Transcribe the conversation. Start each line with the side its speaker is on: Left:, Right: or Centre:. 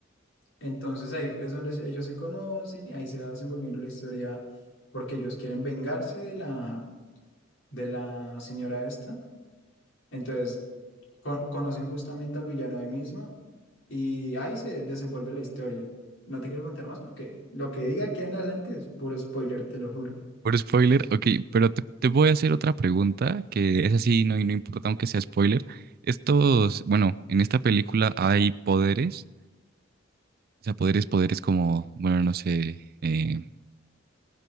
Left: Entonces ahí es donde se- ellos se conocen y ahí se va desenvolviendo la historia porque ellos quieren vengarse de la, de la señora esta. Entonces co- conocen justamente al villano ahí mismo y ahí se desenvuelve la historia. No te quiero contar más porque lo que diga aquí en adelante es puro spoiler, te lo juro.
Right: Por spoiler, ok, pero te, te voy a hacer otra pregunta, que es así, no, no importa aunque sea spoiler. Estos, bueno, en esta película hay poderes, o sea, poderes, poderes como, bueno, no sé, eh,